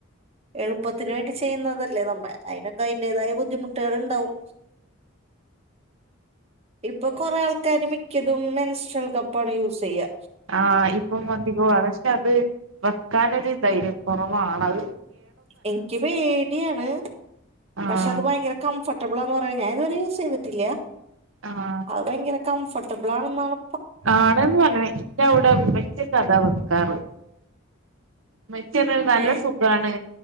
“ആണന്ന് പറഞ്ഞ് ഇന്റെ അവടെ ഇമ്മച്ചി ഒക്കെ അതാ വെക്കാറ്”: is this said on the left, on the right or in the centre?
Right